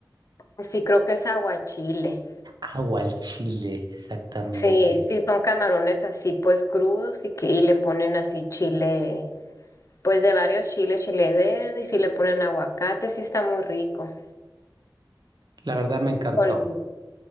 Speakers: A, on the left; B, on the right.
A: Sí, creo que es aguachile.
B: agua al chile, exactamente.
A: Sí, sí, son camarones así pues crudos y, que, y le ponen así chile, pues de varios chiles, chile verde y sí le ponen aguacate, sí está muy rico.
B: La verdad me encantó.
A: Con-